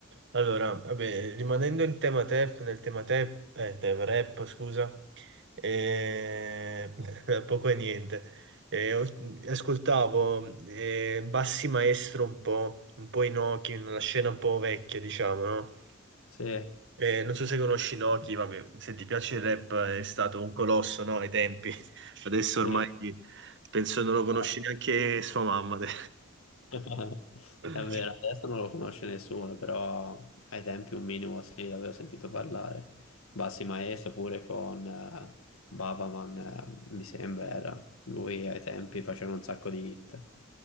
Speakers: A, on the right; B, on the left.
A: Allora, vabbè, rimanendo in tema tap, nel tema tap, eh, tap, rap, scusa, eh, <laughs> poco e niente. Eh, ho- ascoltavo eh, Bassi Maestro un po', un po' Inoki, una scena un po' vecchia, diciamo, no?
B: Sì,
A: Eh, non so se conosci Inoki, vabbè, se ti piace il rap è stato un colosso, no? Ai tempi. <laughs> Adesso ormai
B: sì,
A: penso non lo conosci
B: no.
A: neanche sua mamma. te.
B: <laughs>
A: <laughs>
B: È vero, adesso non lo conosce nessuno, però ai tempi un minimo sì, l'avevo sentito parlare. Bassi Maestro pure con eh, Babaman, eh, mi sembra era. Lui ai tempi faceva un sacco di hit.